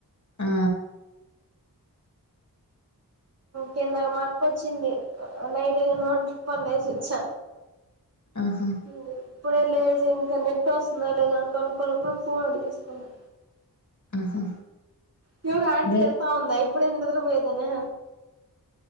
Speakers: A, on the left (about 50°); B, on the right (about 40°).
A: ఆ
B: కిందక మా అక్క వచ్చింది నైట్ ఏ న పన్ డేసి వచ్చా
A: ఆహా
B: మ్మ్ ఇప్పుడే లేదు ఇంకా నెట్ వస్తుందా లేదా అనినుకున్నప్పుడు ఫోన్ అడి తీసుకున్నా
A: ఆహా
B: పూరు ఆంటీ
A: మే
B: తిడతా ఉందా ఇప్పుడే నిద్ర పోయేది అనే